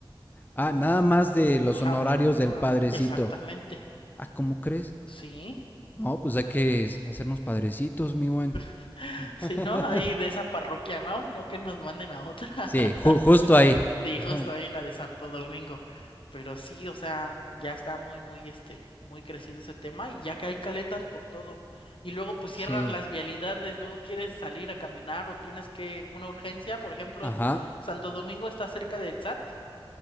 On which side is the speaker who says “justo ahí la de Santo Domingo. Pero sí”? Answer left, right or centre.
Left